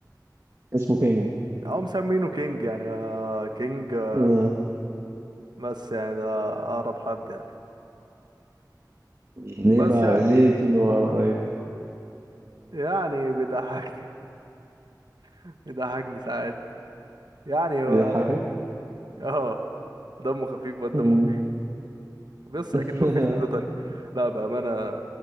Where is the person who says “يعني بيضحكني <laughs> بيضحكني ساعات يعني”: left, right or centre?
Right